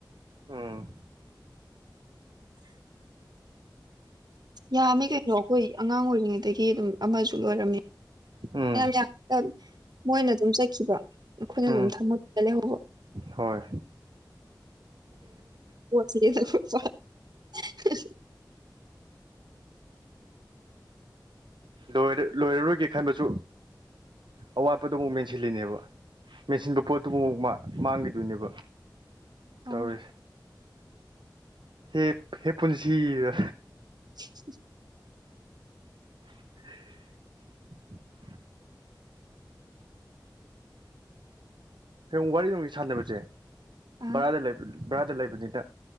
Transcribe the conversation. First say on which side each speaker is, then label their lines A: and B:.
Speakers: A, on the right (about 80°); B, on the right (about 60°).
A: ꯎꯝ
B: ꯌꯥꯝꯃꯤ ꯀꯩꯅꯣ ꯑꯩꯈꯣꯏ ꯑꯉꯥꯡ ꯑꯣꯏꯔꯤꯉꯩꯗꯒꯤ ꯑꯗꯨꯝ ꯂꯣꯏꯔꯝꯃꯤ
A: ꯎꯝ
B: ꯌꯥꯝ ꯌꯥꯝꯃꯤꯗ ꯃꯣꯏꯅ ꯑꯗꯨꯝ ꯆꯠꯈꯤꯕ ꯑꯩꯈꯣꯏꯅ
A: ꯎꯝ
B: ꯑꯗꯨꯝ ꯊꯝꯃꯣꯏ ꯂꯩꯍꯧꯕ
A: ꯍꯣꯏ
B: ꯄꯣꯠꯁꯤꯗꯤ <unintelligible>
A: ꯂꯣꯏꯔ ꯂꯣꯏꯔꯔꯣꯏꯒꯦ ꯈꯟꯕꯁꯨ ꯑꯋꯥꯠꯄꯗꯨ ꯑꯃꯨꯛ ꯃꯦꯟꯁꯤꯜꯂꯤꯅꯦꯕ ꯃꯦꯟꯁꯤꯟꯕ ꯄꯣꯠꯇꯨꯕꯨ ꯑꯃꯨꯛ ꯃꯥꯡ ꯃꯥꯡꯒꯤꯗꯣꯏꯅꯦꯕ ꯇꯧꯔꯤꯁꯦ
B: ꯑꯥ
A: ꯍꯦꯞ ꯍꯦ ꯄꯨꯟꯁꯤꯗꯣ
B: <unintelligible>
A: <unintelligible> ꯁꯨꯝ ꯋꯥꯔꯤ ꯅꯨꯡꯔꯤ ꯁꯥꯟꯅꯕꯁꯦ
B: ꯑꯥ
A: ꯕꯔꯥꯗ ꯂꯩꯕ ꯕꯔꯥꯗ ꯂꯩꯕꯅꯤꯅ